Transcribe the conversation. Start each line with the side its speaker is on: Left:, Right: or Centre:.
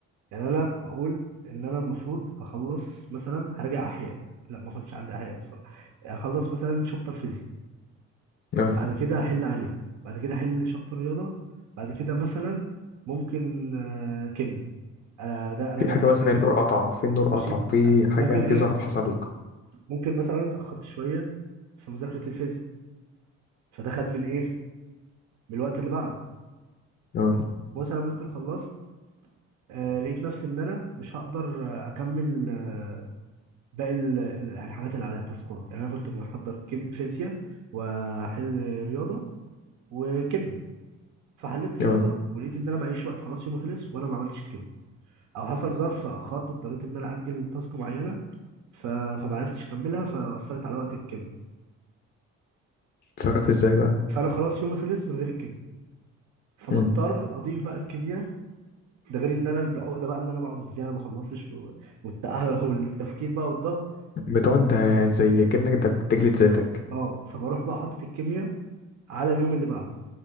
Right: يعني انا بقول ان انا المفروض اخلص مثلا هرجع احياء لا ما كنتش عندي احياء بصراحه اخلص مثلا شابتر فيزياء
Left: اه
Right: بعد كده هحل عليه بعد كده احل شابتر رياضه بعد كده مثلا ممكن آه، كيمياء انا ده راجع
Left: في حاجة
Right: درسين
Left: مثلا
Right: كيمياء
Left: النور قطع في النور قطع
Right: ماشي
Left: في
Right: لا
Left: حاجة
Right: ممكن ايه
Left: في ظرف حصل لك
Right: ممكن مثلا اتاخرت شويه في مذاكره الفيزياء فده خد من ايه من الوقت اللي بعده
Left: اه
Right: مثلا ممكن خلصت آه لقيت نفسي ان انا مش هقدر آه، اكمل آه، باقي ال- ال- الحاجات اللي عليها التاسكات يعني انا كنت بحضر كيم فيزياء واحل رياضه وكيمياء فحليت رياضه
Left: اه
Right: ولقيت ان انا معيش وقت خلاص يومي خلص وانا ما عملتش الكيمياء او حصل ظرف فاخرت اضطريت ان انا اجل تاسك معينه ف... فما عرفتش اكملها فاثرت على وقت الكيمياء
Left: تتصرف ازاي بقى؟
Right: فانا خلاص يومي خلص من غير الكيمياء فبضطر
Left: مم.
Right: اضيف بقى الكيمياء ده غير ان انا العقده بقى اللي انا بقعد ازاي انا ما خلصتش و... والتع- <laughs> والتفكير بقى والضغط
Left: بتقعد ده زي كأنك ده بتجلد ذاتك
Right: اه فبروح بقى حاطط الكيمياء على اليوم اللي بعده